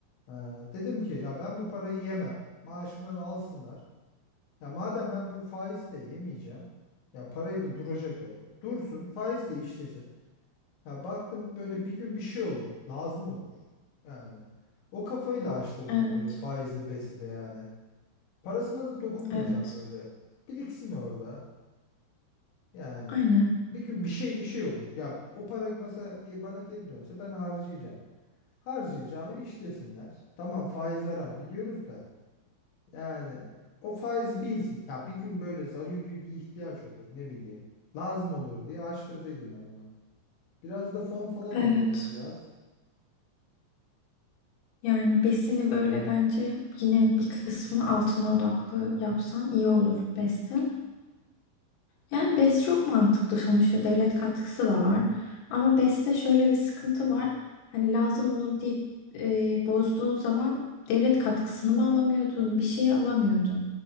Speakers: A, on the left (about 70°); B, on the left (about 85°).
A: Ee, dedim ki ya ben bu parayı yemem. Maaşımdan alsınlar. Ya madem ben bu faizi de yemeyeceğim. Ya parayı da duracak orada. Dursun faiz de işlesin. Ya baktım böyle bir gün bir şey olur. Lazım olur. Yani o kafayla açtırdım
B: evet,
A: öyle faizli besi de yani. Parasına da dokunmayacağım
B: evet.
A: böyle. Biriksin orada. Yani
B: Aynen,
A: bir gün bir şey bir şey olur. Ya o para mesela ge- bana geri dönse ben harcayacağım. Harcayacağımı iş desinler. Tamam faiz haram biliyoruz da. Yani o faiz binsin. Ya bir gün böyle zaruri bir ihtiyaç olur ne bileyim. Lazım olur diye açtırdıydım ben onu. Biraz da fon falan alıyorum
B: evet.
A: biraz.
B: Yani besini böyle bence yine bir kısmını altına odaklı yapsan iyi olur beste. Yani BES çok mantıklı sonuçta devlet katkısı da var. Ama BES'te şöyle bir sıkıntı var. Hani lazım olur deyip e, bozduğun zaman devlet katkısını mı alamıyordun, bir şeyi alamıyordun.